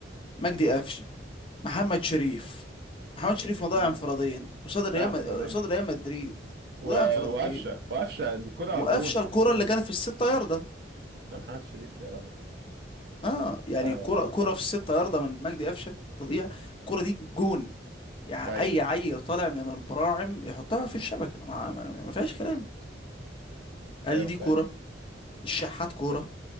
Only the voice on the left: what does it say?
مجدي قفشة محمد شريف محمد شريف مضيع
انفرادين قصاد ريال
مد- قصاد ريال مدريد
مضيع انفرادين
وقفشه
الكرة
اللي كانت في الستة ياردة
اه يعني
كرة كرة في الستة ياردة من مجدي قفشه تضيع الكرة دي جون يعني
اي عيل طالع من البراعم يحطها في الشبكة ما, ما, ما فيهاش كلام ادي
دي
كرة الشحات كرة